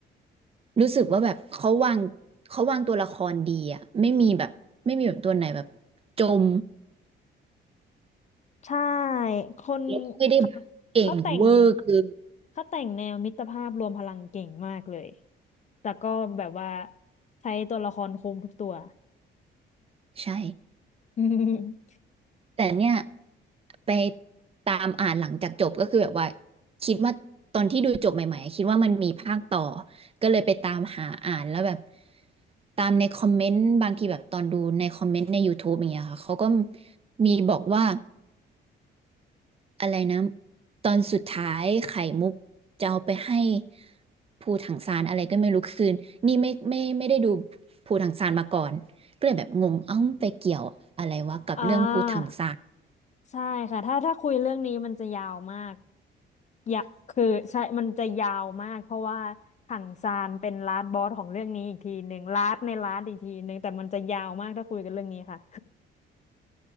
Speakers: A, on the right; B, on the left.
A: รู้สึกว่าแบบเขาวางเขาวางตัวละครดีอะไม่มีแบบไม่มีแบบตัวไหนแบบจม
B: ใช่คน
A: แล้วก็ไม่ได้แบบเก่งเวอร์คือ
B: เขาเขาแต่งเขาแต่งแนวมิตรภาพรวมพลังเก่งมากเลยแต่ก็แบบว่าใช้ตัวละครคุมทุกตัว
A: ใช่
B: <laughs>
A: แต่เนี่ยไปตามอ่านหลังจากจบก็คือแบบว่าคิดว่าตอนที่ดูจบใหม่ๆอะคิดว่ามันมีภาคต่อ ก็เลยไปตามหาอ่านแล้วแบบตามในคอมเมนต์บางทีแบบตอนดูในคอมเมนต์ใน YouTube อย่างเงี้ยค่ะเขาก็มีบอกว่าอะไรนะตอนสุดท้ายไข่มุกจะเอาไปให้ภูถังซานอะไรก็ไม่รู้คืนนี่ไม่ไม่ไม่ได้ดูภูถังซานมาก่อนก็เลยแบบงงเอ้าไปเกี่ยวอะไรวะกับเรื่องภูถังซาน
B: อ่าใช่ค่ะถ้าถ้าคุยเรื่องนี้มันจะยาวมากอยากคือใช่มันจะยาวมากเพราะว่าถังซานเป็นลาสบอสของเรื่องนี้อีกทีหนึ่งลาสในลาสอีกทีหนึ่งแต่มันจะยาวมากถ้าคุยกันเรื่องนี้ค่ะ